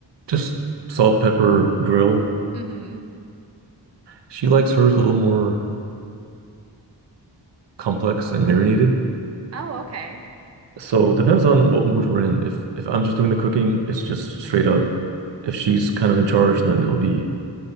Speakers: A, on the right; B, on the right.
A: just salt, pepper, grill.
B: Mm-hmm.
A: She likes hers a little more complex and marinated.
B: Oh, okay.
A: So it depends on what mood we're in. If if I'm just doing the cooking, it's just straight up. If she's kind of in charge, then it'll be